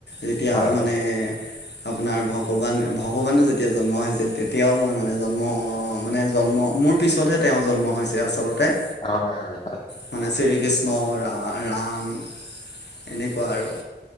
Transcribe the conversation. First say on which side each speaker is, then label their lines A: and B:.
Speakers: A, on the left; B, on the left.
A: যেতিয়া
B: হয়, হয়,
A: মানে? আপোনাৰ ভগৱান ভগৱানে যেতিয়া জন্ম হৈছিল তেতিয়াও মই মানে জন্ম অ মানে জন্ম মোৰ পিছতহে তেওঁ জন্ম হৈছে আচলতে-
B: হয় হয় হয়।
A: মানে শ্ৰীকৃষ্ণ ৰা ৰাম এনেকুৱা আৰু-